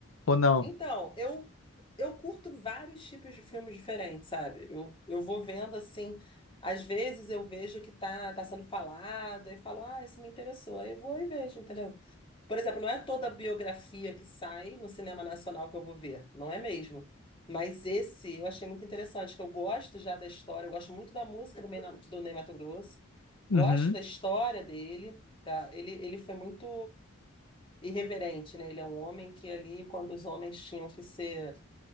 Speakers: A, on the left; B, on the left.
A: Ou não?
B: Então, eu eu curto vários tipos de filmes diferentes, sabe? Eu, eu vou vendo assim, às vezes eu vejo que tá, tá sendo falado e falo, ah, isso me interessou. Aí eu vou e vejo, entendeu? Por exemplo, não é toda biografia que sai no cinema nacional que eu vou ver, não é mesmo? Mas esse eu achei muito interessante, que eu gosto já da história, eu gosto muito da música do, Ney- do Ney Matogrosso, gosto
A: Uhum.
B: da história dele, da, ele, ele foi muito irreverente, né? Ele é um homem que ali, quando os homens tinham que ser